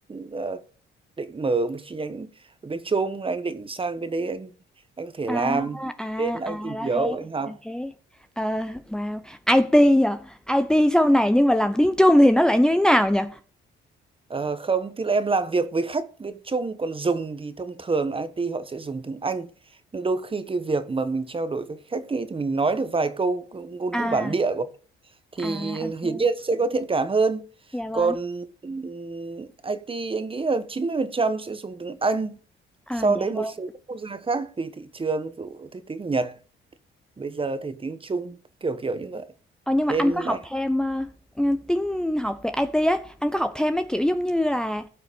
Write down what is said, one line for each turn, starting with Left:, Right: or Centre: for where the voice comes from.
Right: ờ, định mở một chi nhánh ở bên Trung anh định sang bên đấy anh anh có thể
Centre: À,
Right: làm
Centre: à,
Right: nên anh
Centre: à,
Right: tìm
Centre: ra
Right: hiểu
Centre: thế,
Right: anh học
Centre: là thế. Ờ, wow, IT à? IT sau này nhưng mà làm tiếng Trung thì nó lại như thế nào nhỉ?
Right: Ờ, không, tức là em làm việc với khách bên Trung còn dùng thì thông thường là IT họ sẽ dùng tiếng Anh. Nhưng đôi khi cái việc mà mình trao đổi với khách ấy, thì mình nói được vài câu ngôn
Centre: À,
Right: ngữ bản địa của họ thì
Centre: à, ok
Right: hiển nhiên sẽ có thiện cảm hơn.
Centre: dạ vâng.
Right: Còn ừm, IT anh nghĩ là 90% sẽ dùng tiếng Anh.
Centre: À,
Right: Sau
Centre: dạ
Right: đấy một
Centre: vâng.
Right: số các quốc gia khác tùy thị trường, ví dụ thế tiếng Nhật, bây giờ thì tiếng Trung kiểu kiểu như vậy.
Centre: Ờ, nhưng mà
Right: Nên
Centre: anh có học
Right: anh
Centre: thêm, ơ, ưm, tiếng học về IT ấy, anh có học thêm mấy kiểu giống như là